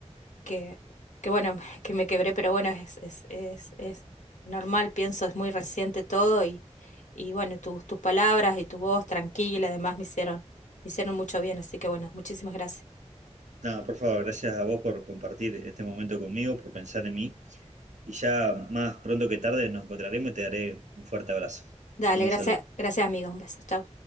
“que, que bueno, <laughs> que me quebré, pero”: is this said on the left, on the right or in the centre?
Left